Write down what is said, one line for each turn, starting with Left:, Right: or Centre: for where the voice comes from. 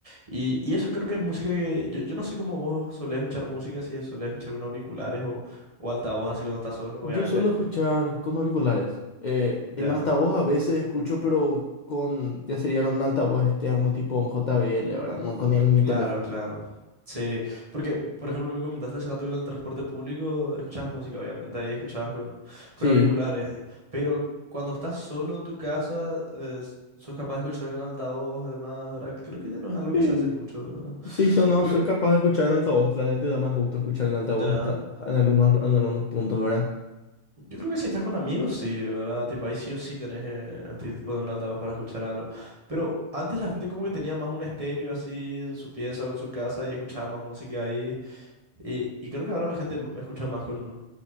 Right: Y, y eso creo que es música que... Yo, yo no sé cómo vos solés escuchar música, si solés escuchar con auriculares o, o altavoz así cuando estás solo,
Left: Yo
Right: obviamente.
Left: suelo escuchar con auriculares. Eh, en
Right: Ya.
Left: altavoz a veces escucho, pero con, ya sería con un altavoz externo tipo un JBL, ¿verdad? No con el- mi
Right: Claro,
Left: teléfono.
Right: claro. Sí, porque, por ejemplo, me comentaste hace rato que en el transporte público escuchabas música, obviamente, ahí escuchabas con,
Left: Sí,
Right: con auriculares, pero cuando estás solo en tu casa, eh, s- sos capaz de escuchar en altavoz, además, ahora creo que ya no es algo
Left: sí,
Right: que se hace mucho, ¿verdad?
Left: sí, eso no,
Right: Porque,
Left: soy capaz de escuchar en altavoz. La gente da más gusto escuchar en altavoz
Right: ya,
Left: hasta en algunos, en algunos puntos, ¿verdad?
Right: yo creo que si estás con amigos, sí, ¿verdad? Tipo, ahí sí o sí tenés eh, a ti te ponen un altavoz para escuchar algo, pero antes la gente como que tenía más un estéreo así en su pieza o en su casa y escuchaba más música ahí. Y, y creo que ahora la gente m- escucha más con,